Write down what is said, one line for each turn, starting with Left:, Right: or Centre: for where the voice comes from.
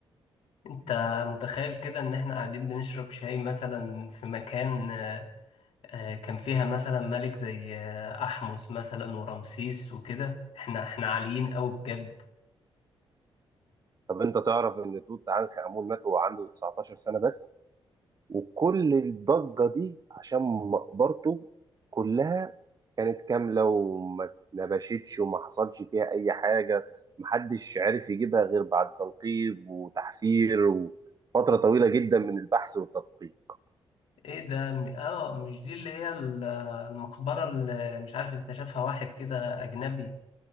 Left: أنت متخيل كده إن إحنا قاعدين بنشرب شاي مثلا في مكان آه، آه، كان فيها مثلا ملك زي آه، أحمس مثلا ورمسيس وكده احنا احنا عاليين قوي بجد
Right: طب أنت تعرف إن توت عنخ آمون مات وهو عنده 19 سنة بس وكل الضجة دي عشان مقبرته كلها كانت كاملة وما اتنبشتش وما حصلش فيها أي حاجة محدش عرف يجيبها غير بعد تنقيب وتحفير وفترة طويلة جدا من البحث والتدقيق
Left: ايه ده م- اه مش دي اللي هي ال- المقبرة اللي مش عارف اكتشفها واحد كده أجنبي